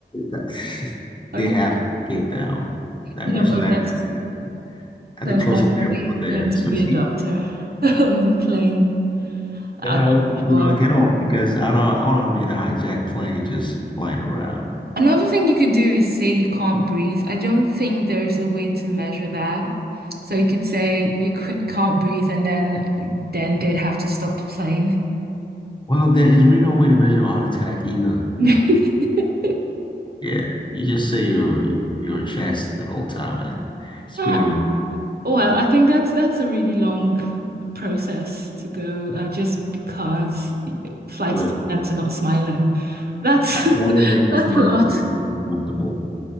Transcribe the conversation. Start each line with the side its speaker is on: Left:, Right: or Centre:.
Left: that- <laughs>
Right: I
Left: They have to get down. That
Right: no,
Left: emergency
Right: but
Left: landing
Right: there's
Left: has to happen at
Right: there's
Left: the closest
Right: definitely
Left: airport there.
Right: going to
Left: So
Right: be
Left: see,
Right: a doctor <laughs> on the plane. I'm
Left: Then I will, you
Right: sure.
Left: know, get off because I don't I don't want to be in a hijacked plane just flying around.
Right: Another thing you could do is say you can't breathe. I don't think there's a way to measure that. So you could say you c- can't breathe, and then then they'd have to stop the plane.
Left: Well, there is really no way to measure a heart attack either.
Right: <laughs>
Left: Yeah, you just say your your chest the whole time and screaming.
Right: Uh, Oh, Well, I think that's that's a really long process to go uh, just because y- flight
Left: Look,
Right: attendants are not smiling. That's
Left: as long
Right: <laughs>
Left: as I'm
Right: that's
Left: smiling
Right: a lot.
Left: and you're comfortable,